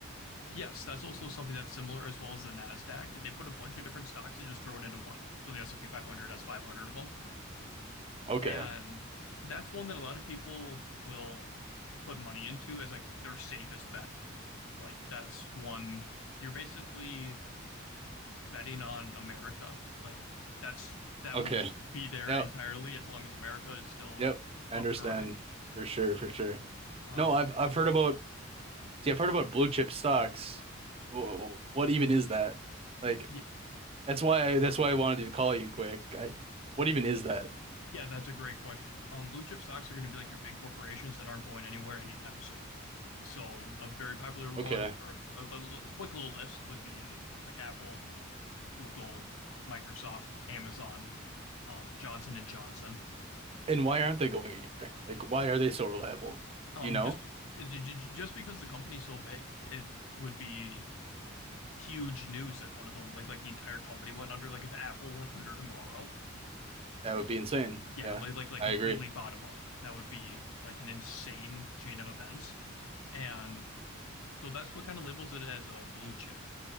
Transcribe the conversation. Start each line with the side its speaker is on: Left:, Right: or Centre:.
Left: Yes, that's also something that's similar, as well as the Nasdaq. They put a bunch of different stocks and just throw it into one. So the S&P 500 has 500 of them,
Right: Okay,
Left: and that's one that a lot of people will put money into as like their safest bet. Like that's one you're basically betting on America. Like that's that
Right: okay.
Left: will be there
Right: Yep,
Left: entirely as long as America is still
Right: yep. I
Left: up
Right: understand
Left: and running.
Right: for sure, for sure.
Left: Um,
Right: No, I've I've heard about. See, I've heard about blue chip stocks. Wh- What even is that? Like,
Left: yeah,
Right: that's why I, that's why I wanted to call you quick. I, what even is that?
Left: yeah, that's a great question. Um, blue chip stocks are going to be like your big corporations that aren't going anywhere anytime soon. So a very popular one,
Right: Okay.
Left: or a, a- quick little list would be like Apple, Google, Microsoft, Amazon, um, Johnson and Johnson.
Right: And why aren't they going anywhere? Like, why are they so reliable?
Left: Um,
Right: You know,
Left: just just because the company's so big, it would be huge news if one of them, like like the entire company went under. Like if Apple went under tomorrow,
Right: that would be insane.
Left: yeah,
Right: Yeah,
Left: like like like
Right: I
Left: completely
Right: agree.
Left: bottom up. That would be like an insane chain of events, and so that's what kind of labels it as a blue chip.